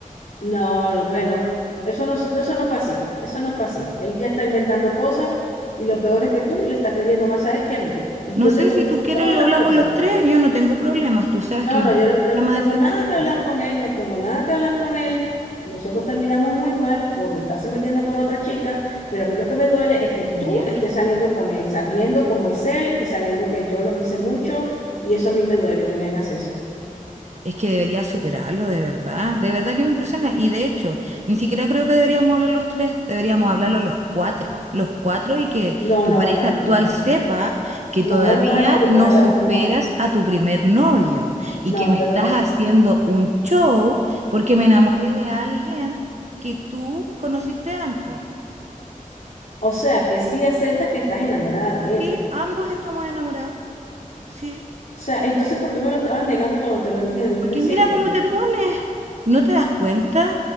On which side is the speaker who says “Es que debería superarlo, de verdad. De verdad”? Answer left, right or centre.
Right